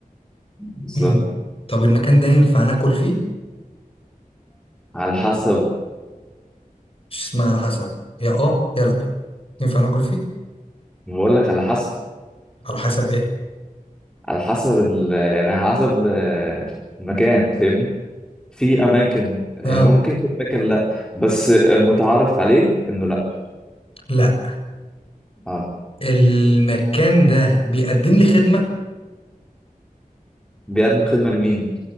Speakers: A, in the centre; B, on the left.
A: بالظبط
B: مم. طب المكان ده ينفع ناكل فيه
A: على حسب
B: مش اسمها على حسب يا اه يا لا ينفع ناكل فيه
A: بقول لك على حسب
B: على حسب ايه
A: على حسب ال... يعني على حسب آه، المكان فاهمني في اماكن آه،
B: اه
A: ممكن في اماكن لا بس المتعارف عليه انه لا
B: لا
A: اه
B: المكان ده بيقدم لي خدمة
A: بيقدم خدمة لمين